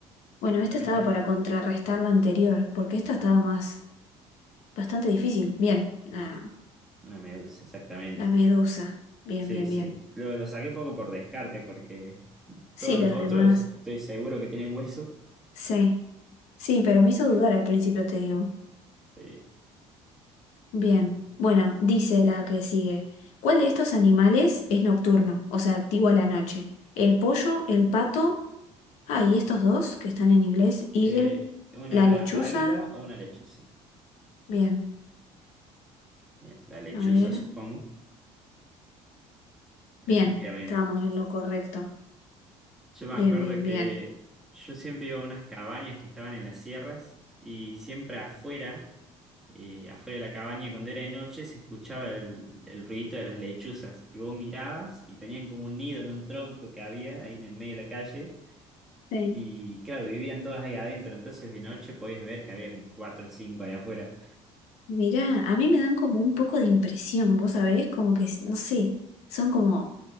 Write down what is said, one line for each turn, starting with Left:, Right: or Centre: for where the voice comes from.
Centre: Efectivamente,
Left: Bueno, esta estaba para contrarrestar la anterior, porque esta estaba más, bastante difícil. Bien. La,
Centre: una medusa, exactamente.
Left: la medusa. Bien,
Centre: Sí,
Left: bien,
Centre: sí.
Left: bien.
Centre: Lo, lo saqué un poco por descarte, porque
Left: Sí,
Centre: todos los
Left: los
Centre: otros
Left: demás.
Centre: estoy seguro que tienen huesos.
Left: Sí. Sí, pero me hizo dudar al principio, te digo.
Centre: Sí,
Left: Bien.
Centre: bien.
Left: Bueno, dice la que sigue. ¿Cuál de estos animales es nocturno? O sea, activo a la noche. ¿El pollo, el pato? Ah, y estos dos que están en inglés. Eagle,
Centre: Eh, ¿una
Left: la lechuza.
Centre: águila o una lechuza?
Left: Bien.
Centre: Bien, la lechuza,
Left: A ver.
Centre: supongo.
Left: Bien,
Centre: Efectivamente.
Left: estábamos en lo correcto.
Centre: Yo me
Left: Bien,
Centre: acuerdo
Left: bien,
Centre: que
Left: bien.
Centre: yo siempre iba a unas cabañas que estaban en las sierras y siempre afuera, eh, afuera de la cabaña, cuando era de noche, se escuchaba el, el ruidito de las lechuzas y vos mirabas y tenían como un nido en un tronco que había ahí en el medio de la calle
Left: Sí.
Centre: y claro, vivían todas ahí adentro, entonces de noche podías ver que había como cuatro o cinco ahí afuera.
Left: Mirá, a mí me dan como un poco de impresión, vos sabés, como que, no sé, son como